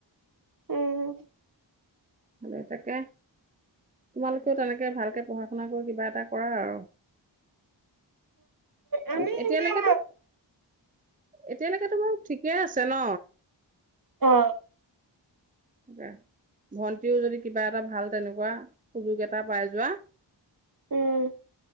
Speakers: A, on the right; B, on the right.
A: উম
B: মানে তাকে তোমালোকেও তেনেকে ভালকে পঢ়া- শুনা কৰি, কিবা এটা কৰা আৰু।
A: আমি
B: উ এতিয়ালৈকে
A: সেয়া
B: তো এতিয়ালৈকেতো বাৰু ঠিকে আছো তেন
A: অ
B: তাকে ভন্টিও যদি কিবা এটা ভাল তেনেকুৱা সুযোগ এটা পাই যোৱা।
A: উম।